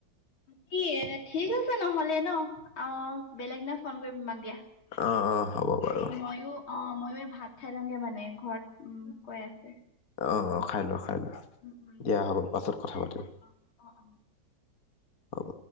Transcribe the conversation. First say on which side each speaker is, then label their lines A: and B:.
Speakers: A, on the left; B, on the left.
A: কি য়ে ঠিক আছে নহলে ন অ', বেলেগ দিনা ফোন কৰিম তোমাক দিয়া।
B: অ', অ', হ'ব বাৰু অ',
A: ময়ো অ', ময়ো এই ভাত খাই লওঁগে মানে ঘৰত উম, কয় আছে।
B: অ', অ', খাই লোৱা খাই লোৱা
A: উম উম
B: দিয়া
A: উম।
B: হ'ব পাছত কথা পাতিম।
A: অ অ অ।
B: হ'ব।